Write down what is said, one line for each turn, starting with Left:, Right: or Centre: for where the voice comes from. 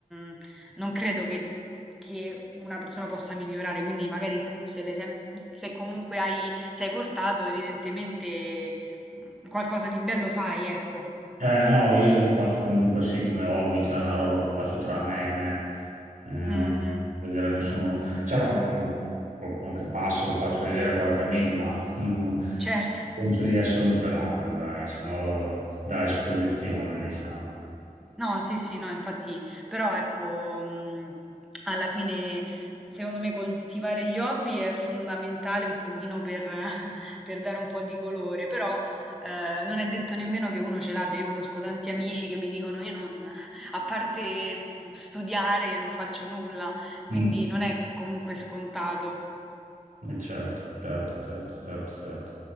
Centre: mm, non credo che, che una persona possa migliorare. Quindi magari tu, se, le sem- se comunque hai, sei portato, evidentemente Qualcosa di bello fai, ecco.
Right: eh, no, io lo faccio comunque sì come hobby, cioè è una roba che faccio tra me e me, eh, non
Centre: Mh-mh,
Right: vedere a nessuno, cioè non- qualcuno che passa lo faccio vedere a qualche amico, ma non, non-
Centre: certo.
Right: penso di essere un fenomeno, dai, se no loro da esposizione, diciamo.
Centre: No, sì, sì, no, infatti però ecco, mhmm, alla fine secondo me coltivare gli hobby è fondamentale un pochino per <laughs> per dare un po' di colore, però, ehm, non è detto nemmeno che uno ce l'abbia. Io conosco tanti amici che mi dicono: "Io non <laughs> a parte studiare non faccio nulla", quindi
Right: Mm,
Centre: non è comunque scontato.
Right: eh, certo, certo, certo, certo, certo.